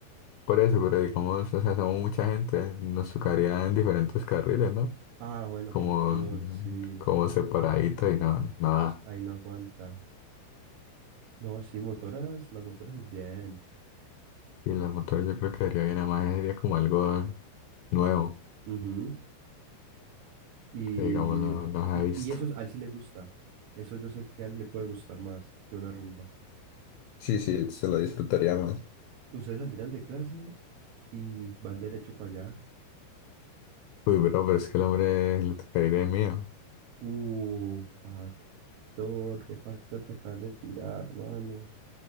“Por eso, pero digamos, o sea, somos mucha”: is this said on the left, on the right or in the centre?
Left